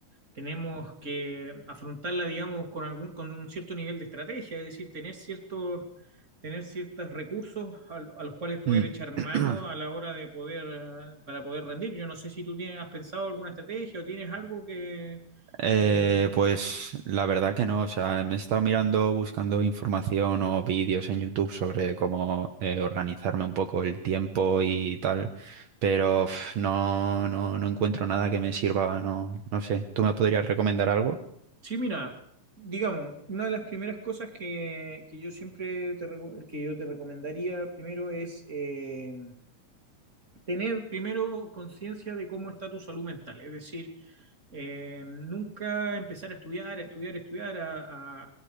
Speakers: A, on the right; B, on the right.
A: tenemos que afrontarla, digamos, con algún, con un cierto nivel de estrategia, es decir, tener ciertos, tener ciertos recursos al- a, los cuales poder
B: Mm.
A: echar mano
B: <clears throat>
A: a la hora de poder, eh, para poder rendir. Yo no sé si tú tienes, has pensado alguna estrategia o tienes algo que,
B: Eh,
A: que,
B: pues la verdad que no, o sea, me he estado mirando, buscando información o vídeos en YouTube sobre cómo eh, organizarme un poco el tiempo y tal, pero uf, no, no, no encuentro nada que me sirva, no, no sé. ¿Tú me podrías recomendar algo?
A: Sí, mira, digamos, una de las primeras cosas que, que yo siempre te, reco- que yo te recomendaría primero es eh, tener primero conciencia de cómo está tu salud mental. Es decir, eh, nunca empezar a estudiar, a estudiar, a estudiar, a, a-